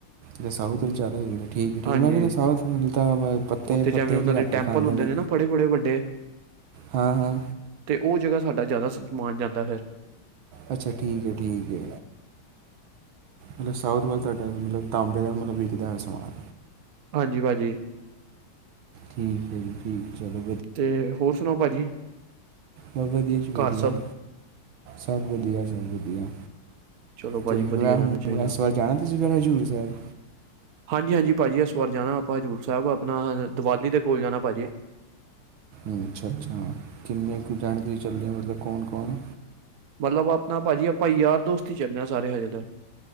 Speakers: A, on the right (about 70°); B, on the right (about 50°).
A: ਤੇ ਸਾਊਥ ਜ਼ਿਆਦਾ ਠੀਕ ਠੀਕ
B: ਹਾਂਜੀ
A: ਮੈਂ ਕਿਹਾ ਸਾਰਾ ਸਮਾਨ ਤਾਂ ਪੱਤੇ
B: ਉੱਥੇ ਜਿਵੇਂ
A: ਪੱਤੀ
B: ਉਹਨਾਂ
A: ਚ
B: ਦੇ
A: ਰੱਖ ਕੇ
B: ਟੈਂਪਲ
A: ਖਾਂਦੇ
B: ਹੁੰਦੇ
A: ਨੇ
B: ਨਾ ਫੜੇ- ਫੜੇ ਵੱਡੇ
A: ਹਾਂ ਹਾਂ
B: ਤੇ ਉਹ ਜਗਾ ਸਾਡਾ ਜ਼ਿਆਦਾ ਸਮਾਨ ਜਾਂਦਾ ਫਿਰ
A: ਅੱਛਾ ਠੀਕ ਹੈ ਠੀਕ ਹੈ ਮਤਲਬ ਸਾਊਥ ਵੱਲ ਤੁਹਾਡਾ ਮਤਲਬ ਤਾਂਬੇ ਦਾ ਮਤਲਬ ਵਿਕਦਾ ਹੋਇਆ ਸਮਾਨ
B: ਹਾਂਜੀ ਭਾਜੀ
A: ਠੀਕ ਹੈ ਜੀ ਠੀਕ ਚਲੋ
B: ਤੇ ਹੋਰ ਸੁਣਾਓ ਭਾਜੀ
A: ਬਤ ਵਧੀਆ ਚ ਵਧੀਆ
B: ਘਰ ਸਭ
A: ਸਭ ਵਧੀਆ ਸਭ ਵਧੀਆ
B: ਚਲੋ
A: ਅਤੇ
B: ਭਾਜੀ ਵਧੀਆ
A: ਣ
B: ਰਹਿਣਾ ਚਾਹੀਦਾ
A: ਇਸ ਵਾਰ ਜਾਣਾ ਤੁਸੀਂ ਹਜ਼ੂਰ ਸਾਹਿਬ
B: ਹਾਂਜੀ-ਹਾਂਜੀ ਭਾਜੀ ਇਸ ਵਾਰ ਜਾਣਾ ਆਪਾਂ ਹਜ਼ੂਰ ਸਾਹਿਬ ਆਪਣਾ ਦੀਵਾਲੀ ਦੇ ਕੋਲ ਜਾਣਾ ਭਾਜੀ
A: ਅੱਛਾ-ਅੱਛਾ ਕਿੰਨੇ ਕੁ ਜਾਣ ਦੀ ਚੱਲਦੇ ਮਤਲਬ ਕੌਣ-ਕੌਣ
B: ਮਤਲਬ ਆਪਣਾ ਭਾਜੀ ਆਪਾਂ ਯਾਰ ਦੋਸਤ ਹੀ ਚੱਲ ਹਾਂ ਸਾਰੇ ਹਜੇ ਤੇ